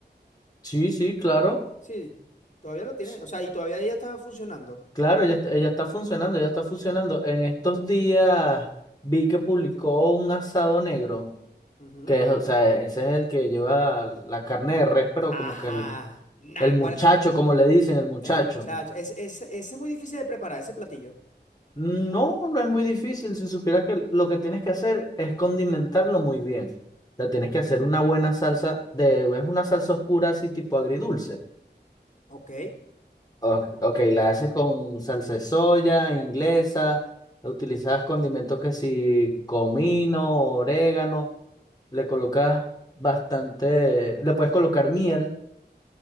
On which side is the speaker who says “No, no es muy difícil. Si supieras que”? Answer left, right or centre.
Left